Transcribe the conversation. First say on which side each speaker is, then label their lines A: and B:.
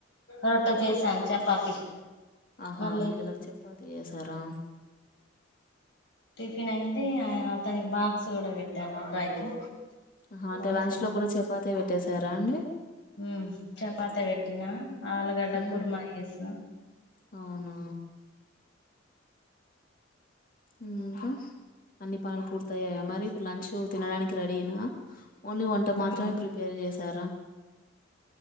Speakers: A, on the left; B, on the left.
A: రొట్ట చేశాను చపాతి
B: అహా
A: మళ్ళీ
B: పిల్లలకు చెపాతి చేసారా
A: టిఫిన్ అయింది
B: మ్,
A: అతనికి బాక్స్ కూడా పెట్టాం అబ్బాయికి
B: అ అంటే
A: అందులో
B: లంచ్ లోకి కూడా చపాతే పెట్టేశారా అండి
A: హ్మ్ చపాతే పెట్టినా ఆలుగడ్డ
B: మ్,
A: కుర్మా చేసిన
B: అవునా ఇంకా అన్ని పనులు పూర్తయ్యాయ మరి ఇప్పుడు లంచ్ తినడానికి రెడీ అయిన ఓన్లీ వంట మాత్రమే
A: ఆ
B: ప్రిపేర్ చేశారా